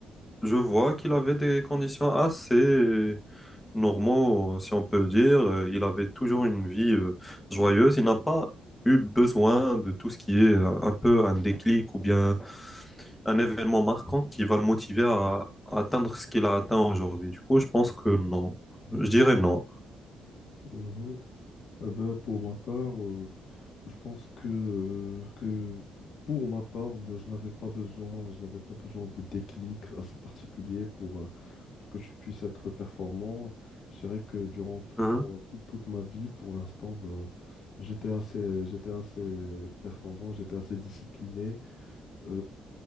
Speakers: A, on the left; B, on the left.
A: Je vois qu'il avait des conditions assez normaux, euh, si on peut dire. Euh, Il avait toujours une vie euh, joyeuse. Il n'a pas eu besoin de tout ce qui est euh, un peu un déclic ou bien un événement marquant qui va le motiver à, à atteindre ce qu'il a atteint aujourd'hui. Du coup, je pense que non. Je dirais non.
B: Mhm. Ah ben, pour ma part, euh, je pense que, euh, que pour ma part, ben, je n'avais pas besoin, je n'avais pas besoin de déclic assez particulier pour, euh, pour que je puisse être performant. Je dirais que durant toute,
A: Mhm.
B: mon- toute, toute ma vie, pour l'instant, ben, j'étais assez, j'étais assez performant, j'étais assez discipliné. Euh,